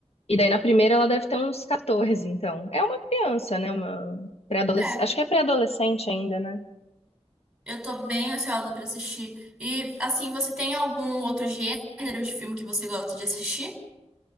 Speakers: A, on the left; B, in the centre.
A: E daí na primeira ela deve ter uns 14, então. É uma criança, né? Uma pré-adolescente.
B: É.
A: Acho que é pré-adolescente ainda, né?
B: Eu tô bem ansiosa pra assistir. E, assim, você tem algum outro gênero de filme que você gosta de assistir?